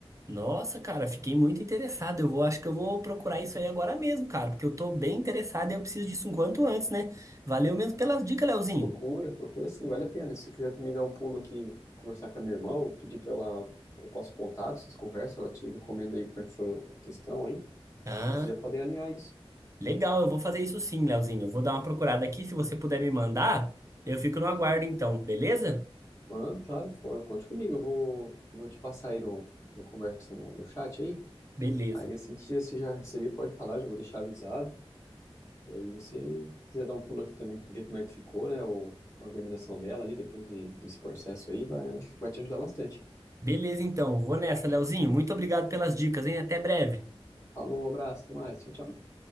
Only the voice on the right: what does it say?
Nossa, cara, fiquei muito interessado. Eu vou, acho que eu vou procurar isso aí agora mesmo, cara, porque eu tô bem interessado e eu preciso disso o quanto antes, né? Valeu mesmo pelas dicas, Leozinho.
Ah,
legal, eu vou fazer isso sim, Leozinho. Eu vou dar uma procurada aqui, se você puder me mandar, eu fico no aguardo então, beleza?
Beleza.
Beleza, então. Vou nessa, Leozinho. Muito obrigado pelas dicas, hein? Até breve.